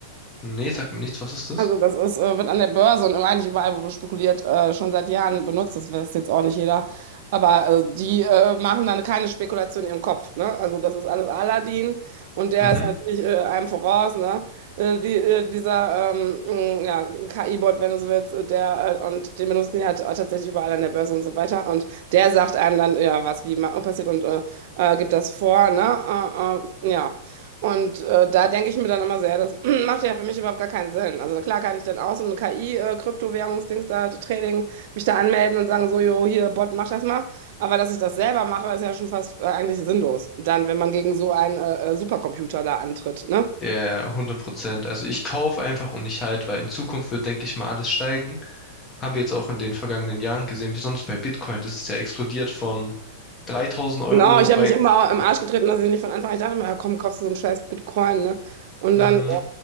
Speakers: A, on the left; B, on the right.
A: Nee, sagt mir nichts. Was ist das?
B: Also das ist, äh, wird an der Börse und eigentlich überall, wo spekuliert, äh, schon seit Jahren benutzt. Das weiß jetzt auch nicht jeder. Aber äh, die äh, machen dann keine Spekulation in ihrem Kopf. Ne? Also das ist alles Aladdin und der
A: Mhm.
B: ist natürlich äh, einem voraus. Ne? Äh, die, äh, dieser ähm, mh, ja, KI-Bot, wenn du so willst, äh, der, äh, und den benutzen die halt auch tatsächlich überall an der Börse und so weiter. Und der sagt einem dann, ja, was wie ma- passiert und äh, äh, gibt das vor. Ne? Äh, äh, ja. Und äh, da denke ich mir dann immer sehr, das <clears throat> macht ja für mich überhaupt gar keinen Sinn. Also klar kann ich dann auch so ein KI-Kryptowährungsdings da Trading mich da anmelden und sagen, so, jo, hier, Bot, mach das mal. Aber dass ich das selber mache, ist ja schon fast äh, eigentlich sinnlos. Dann, wenn man gegen so einen äh, äh, Supercomputer da antritt, ne?
A: Ja, 100%. Also ich kaufe einfach und ich halt weil in Zukunft wird, denke ich mal, alles steigen. Haben wir jetzt auch in den vergangenen Jahren gesehen, besonders bei Bitcoin. Das ist ja explodiert von 3000 Euro
B: Genau, ich
A: bei
B: habe mich immer im Arsch getreten, dass ich nicht von Anfang an, ich dachte immer, ja, komm, kaufst du so einen scheiß Bitcoin, ne? Und
A: hm,
B: dann,